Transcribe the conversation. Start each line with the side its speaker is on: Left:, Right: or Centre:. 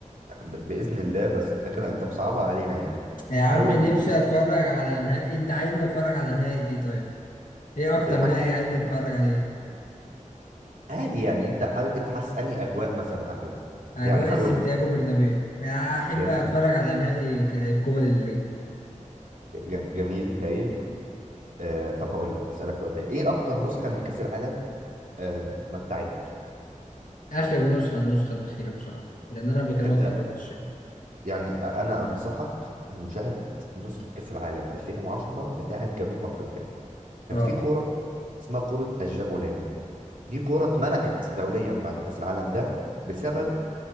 Right: ب- باذن الله بس انت كده انت مصعبها علينا يعني
Left: يا عم
Right: حاول
Left: نفسي اتفرج على نهائي انت عايزني اتفرج على نهائي ايه طيب ايه اكتر
Right: الحاجه
Left: نهائي
Right: اللي
Left: عايزني
Right: انت عايزها.
Left: اتفرج عليه
Right: عادي يعني انت حابب انت حاسس انهي اجواء مثلا احلى
Left: اجواء
Right: يعني هقول
Left: السنتياجو
Right: لك
Left: برنابيو يا احب
Right: جميل
Left: اتفرج على نهائي ك- الكوبا ديل ري
Right: ج- جميل هايل آه طب هقول لك هسالك سؤال تاني ايه اكتر نسخه من كاس العالم آه متعتك
Left: اخر نسخة النسخة الاخيرة بصراحة لان انا قبل كده
Right: انت
Left: ما اتفرجتش يعني.
Right: يعني انا انصحك بمشاهده نسخه كاس العالم 2010 بتاعه جنوب افريقيا كان
Left: اه
Right: في كوره اسمها كوره الجابولاني دي كوره اتمنعت دوليا بعد كاس العالم ده بسبب